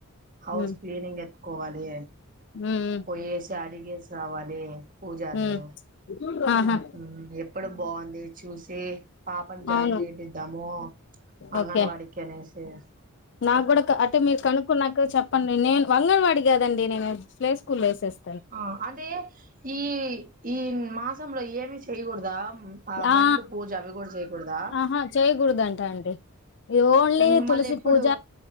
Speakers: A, on the right; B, on the left.
A: హౌస్
B: ఉమ్
A: క్లీనింగ్ ఎక్ కోవాలి.
B: ఉమ్
A: పోయేసి అడిగేసి రావాలి పూజార్ని
B: ఉమ్ ఆహా
A: ఊ ఎప్పుడు వోద్ బావుంది. చూసి పాపను జాయిన్
B: అవును
A: చేయపిద్దాము. అంగన్
B: ఓకే
A: వాడికి అనేస్ టేస్
B: నాకు కూడా కన్ అంటే మీరు కనుక్కున్నాక చెప్పండి నేన్ వంగన్ వాడి కాదండి నేను ప్లే స్కూల్ లో వేసేస్
A: ఆ అదే ఈ ఈ మాస్ సంలో ఏమి చేయకూడదా. బండ్లు
B: ఆ
A: పూజ అవి కూడా చేయకూడదా
B: ఆహా చేయకూడదంట అండి. ఇది ఓన్లీ
A: ఇంక
B: తులసి
A: మళ్ళీ ఎప్పుడు
B: పూజ